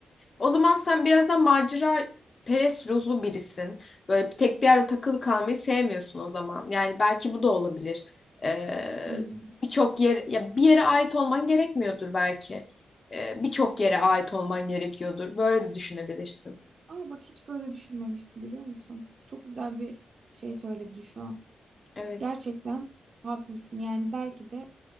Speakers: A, on the left; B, on the right.
A: O zaman sen biraz da macera perest ruhlu birisin. Böyle bir tek bir yerde takılı kalmayı sevmiyorsun o zaman. Yani belki bu da olabilir. Ee,
B: Hmm.
A: birçok yer ya bir yere ait olman gerekmiyordur belki. Ee, birçok yere ait olman gerekiyordur. Böyle de düşünebilirsin.
B: Aa bak hiç böyle düşünmemiştim biliyor musun? Çok güzel bir şey söyledin şu an.
A: Evet.
B: Gerçekten haklısın yani belki de